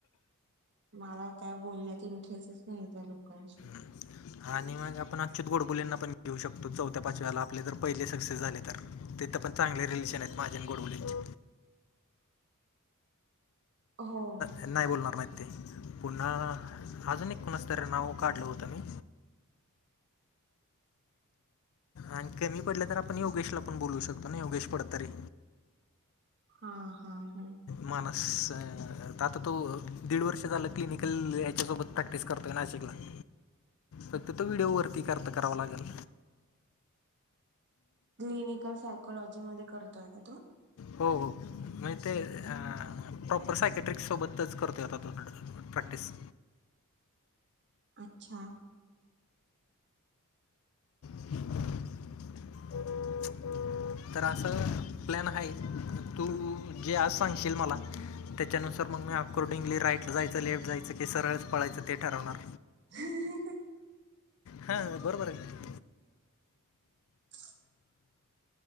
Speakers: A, on the right; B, on the left.
A: मला काय बोलण्यात इंटरेसच नाही त्या लोकांशी.
B: <inaudible> आणि मंग आपणं अच्युंत गोडबोलेंना पणं घेऊं शकतो चौथ्या पांच व्यांला आपले जरं पहिले सक्सेस झाले तरं तिथं पणं चांगले रिलेशन आहेतं माझे आणि गोडबोलेंचे.
A: हो.
B: नाहीं बोलणारं नाहींते पुन्हां अजूंन एक कोणाचं तरं नांव काढलं होतं मी आणि कमी पडल्यां तरं आपणं योगेशलां पणं बोलवूं शकतो नां योगेश फडतरे.
A: हां.. हां.. हां..
B: माणसं आंता तो दीड वर्ष झालां क्लिनिकल यांच्यासोबतं प्रॅक्टिस करतो नां सगळं, फक्तं तो व्हिडिओ वरती करतं करावं लागेल.
A: क्लिनिकल सायकोलॉजी मध्यें करतोय कां तो.
B: हो हो.. म्हणजे ते.. प्रॉपर सायकेट्रिक सोबतंच करतोय. आंता तो प्रॅक्टिस
A: अच्छा,
B: <inaudible> <unintelligible> तरं असं प्लॅन आहे. तूं जे आंज सांगशील मलां त्यांच्यानंतर मंग मी हाफकोडिंगली राईटला जायचं, लेफ्ट जायचं, की सरळंच पळायचं, ते ठरवणांर.
A: हं....
B: हां, बरोबर आहे.
A: <inaudible> <unintelligible>